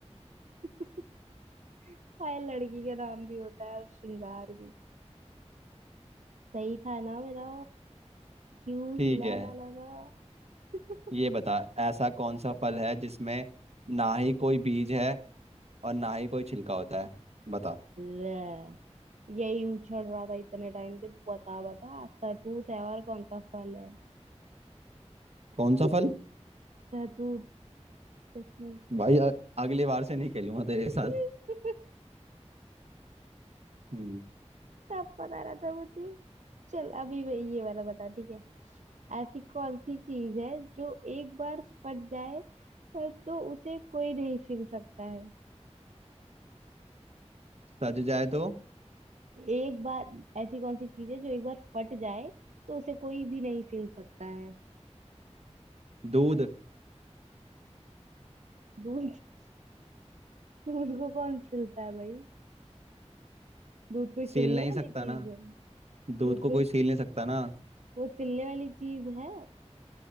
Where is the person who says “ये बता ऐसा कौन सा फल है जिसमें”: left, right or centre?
Right